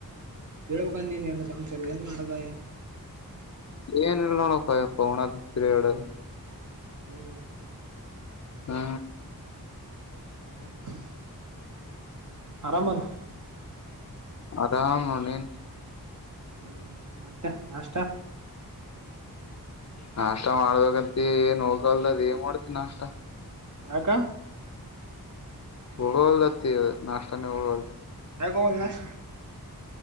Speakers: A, on the right; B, on the left.
A: ಹೇಳ್ಬೇಕ ನೀನೇ ಎಲ್ಲಾ ಸಮಾಚಾರ ಏನ್ ಮಾಡುದ ಏನ್
B: ಏನಿಲ್ಲ ನೋಡಪ್ಪ ಎಪ್ಪವಣದು ತಿರ್ಗಾಡದು.
A: ಹ್ಮ್
B: ಹಾ
A: <unintelligible> ಆರಾಮಲ
B: ಆರಾಮ್ ನೋಡ್ ನೀನು
A: ಹ್ಮ್ ಮತ್ತೆ ನಾಷ್ಟ
B: ನಾಷ್ಟ ಮಾಡ್ಬೇಕಂತ ಏನ್ ಹೋಗಲ್ದ ಅದೇನು ಮಾಡ್ತಿ ನಾಷ್ಟ
A: ಯಾಕ
B: ಹೋಗವಲ್ದತ್ತಿ ನಾಷ್ಟನೇ ಹೋಗವಲ್ದು
A: ಯಾಕೋಗಲ್ಲ ನಾಷ್ಟ್